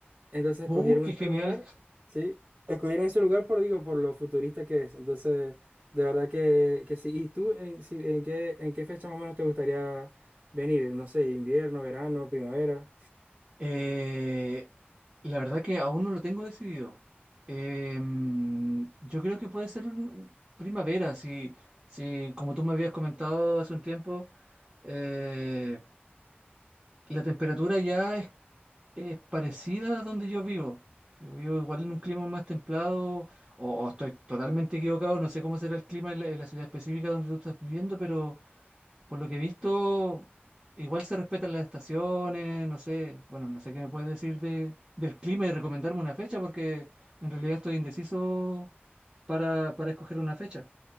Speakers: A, on the right; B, on the right.
A: Entonces
B: Uh,
A: escogieron
B: qué
A: este
B: genial.
A: lugar, Sí, escogieron ese lugar por, digo, por lo futurista que es. Entonces, de verdad que, que sí. ¿Y tú en, si- en qué, en qué fecha más o menos te gustaría venir? No sé, invierno, verano, primavera.
B: Eh, la verdad que aún no lo tengo decidido. Em, yo creo que puede ser un- primavera, si, si como tú me habías comentado hace un tiempo, eh, la temperatura ya es, es parecida a donde yo vivo. Yo vivo igual en un clima más templado, o, o estoy totalmente equivocado, no sé cómo será el clima en la, en la ciudad específica donde tú estás viviendo, pero por lo que he visto, igual se respetan las estaciones, no sé, bueno, no sé qué me puedes decir de, del clima y recomendarme una fecha, porque en realidad estoy indeciso para, para escoger una fecha.